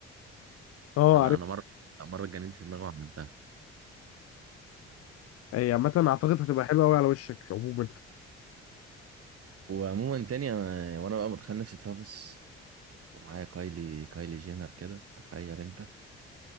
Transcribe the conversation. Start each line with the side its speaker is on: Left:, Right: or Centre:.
Left: اه
Right: انا
Left: عارف
Right: انا مره مرة اتجننت في دماغي وعملتها
Left: هي عامة اعتقد هتبقى حلوة قوي على وشك عموما
Right: وعموما تاني انا وانا بقى متخيل نفسي ترافيس ومعايا كايلي كايلي جينر كده تخيل انت